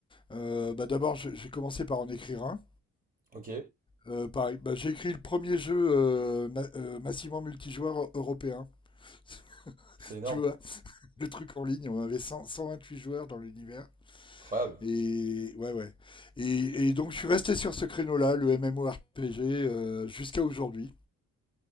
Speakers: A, on the left (about 15°); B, on the right (about 30°).
A: euh, bah d'abord j'ai j'ai commencé par en écrire un.
B: Ok,
A: Euh, pareil, bah, j'ai écrit le premier jeu euh, ma- euh, massivement multijoueur euh, européen. <laughs>
B: c'est énorme.
A: Tu vois, le truc en ligne, on avait 100 128 joueurs dans l'univers.
B: Incroyable.
A: Et ouais, ouais. Et, et donc je suis resté sur ce créneau-là, le MMORPG, euh, jusqu'à aujourd'hui.